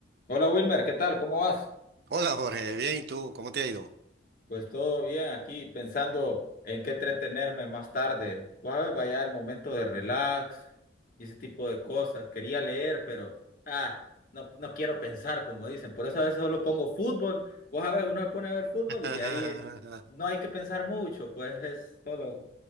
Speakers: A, on the left (about 50°); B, on the right (about 55°).
A: Hola Wilmer, ¿qué tal? ¿Cómo vas?
B: Hola Jorge, bien, ¿y tú? ¿Cómo te ha ido?
A: Pues todo bien aquí pensando en qué entretenerme más tarde. Pues a ver, vaya el momento de relax y ese tipo de cosas. Quería leer, pero ah, no, no quiero pensar, como dicen. Por eso a veces solo pongo fútbol. Pues a ver, uno se pone a ver fútbol
B: <laughs>
A: y ahí no hay que pensar mucho, pues es solo